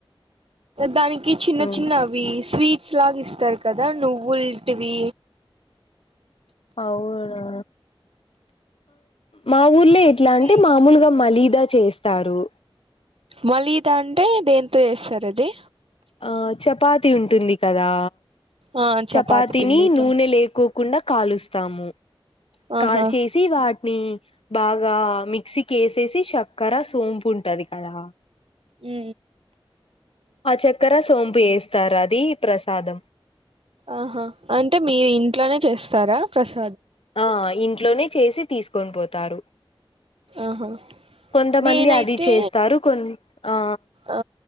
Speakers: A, on the right (about 80°); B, on the left (about 80°).
A: దాని కి చిన్న
B: ఉమ్,
A: చిన్న అవి స్వీట్ స్లాగిస్తారు కదా నువ్వుల్టివి
B: అవునా మా ఊర్లో ఇట్లా
A: మిర్చి
B: అంటే మామూలుగా మలీద చేస్తారు
A: మళ్ళీ ఇదాఅంటే దేంతో చేస్తారు అది
B: ఆ చపాతి ఉంటుంది కదా
A: ఆ చపాతి
B: చపాతిని
A: పిండితో
B: నూనె లేకో కుండ కాలుస్తాము
A: ఆహా
B: కాల్ చేసి వాటిని బాగా మిక్సీ కేసేసి చక్కెర సోంపు ఉంటది కదా
A: ఉ
B: ఆ చక్కర సోం వేస్తారు అది ప్రసాదం
A: ఆహా అంటే మీరు ఇంట్లోనే చేస్తారా ప్రస్
B: ఆ ఇంట్లోనే చేసి తీసుకొని పోతారు
A: ఆహా
B: కొంతమంది
A: నేనైతే
B: అది చేస్తారు కొన్ ఆ
A: ఆ